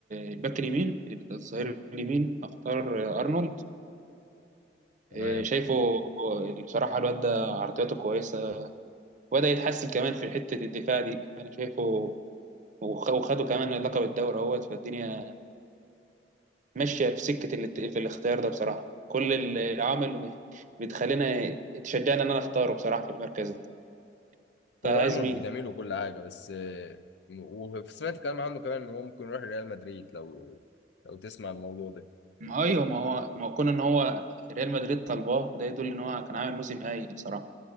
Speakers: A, on the right (about 45°); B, on the left (about 65°).
A: الباك اليمين الظهير اليمين أختار أرنولد
B: تمام
A: إيه، شايفه بصراحة الواد ده عرضياته كويسة وبدأ يتحسن كمان في حتة الدفاع دي أنا شايفه وخ- وخدوا كمان لقب الدوري اهوت فالدنيا ماشية في سكة ال- في الاختيار ده بصراحة كل ال- العوامل اللي بتخلينا تشجعنا إن أنا أختاره بصراحة في المركز ده طيب
B: هو
A: عايز
B: ارنولد
A: مين؟
B: جميل وكل حاجه بس آه، وسمعت كلام عنه كمان ان هو ممكن يروح ريال مدريد لو لو تسمع الموضوع ده
A: ما أيوه ما هو ما هو كون إن هو ريال مدريد طلباه ده يدل إن هو كان عامل موسم هايل بصراحة